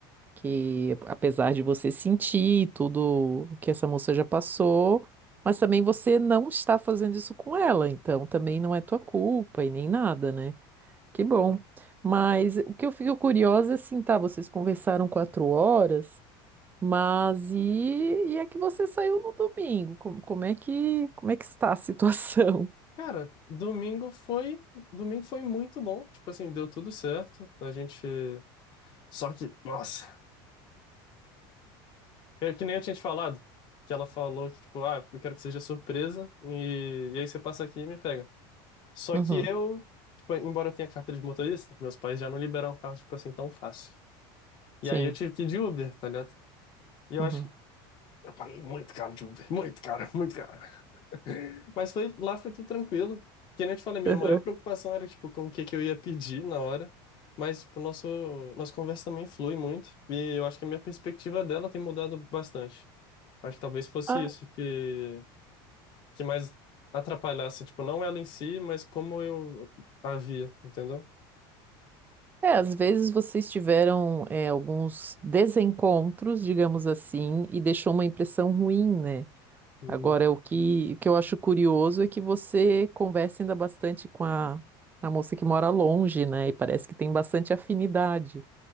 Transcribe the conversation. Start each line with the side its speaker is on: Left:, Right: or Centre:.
Right: Que apesar de você sentir tudo o que essa moça já passou, mas também você não está fazendo isso com ela, então também não é tua culpa e nem nada, né? Que bom. Mas o que eu fico curiosa é assim, tá? Vocês conversaram quatro horas. Mas e, e é que você saiu no domingo? Como, como é que, como é que está a situação?
Left: Cara, domingo foi, domingo foi muito bom. Tipo assim, deu tudo certo. A gente. Só que, nossa. É que nem eu tinha te falado, que ela falou que, tipo, ah, eu quero que seja surpresa, e, e aí você passa aqui e me pega. Só
Right: Uhum,
Left: que eu, tipo, embora eu tenha carteira de motorista, meus pais já não liberaram carro, tipo assim, tão fácil. E
Right: sim.
Left: aí eu tive que ir de Uber, tá ligado? E eu
Right: Uhum.
Left: acho que eu paguei muito caro de Uber, muito caro, muito caro. Mas foi, lá foi tudo tranquilo. Que nem eu te falei, minha
Right: <laughs>
Left: maior preocupação era, tipo, com o que que eu ia pedir na hora. Mas, tipo, nosso, nossa conversa também flui muito, e eu acho que a minha perspectiva dela tem mudado bastante. Acho que talvez fosse
Right: Ah,
Left: isso que que mais atrapalhasse, tipo, não ela em si, mas como eu a via, entendeu?
Right: É, às vezes vocês tiveram é, alguns desencontros, digamos assim, e deixou uma impressão ruim, né?
Left: Uhum.
Right: Agora, o que, o que eu acho curioso é que você conversa ainda bastante com a, a moça que mora longe, né? E parece que tem bastante afinidade.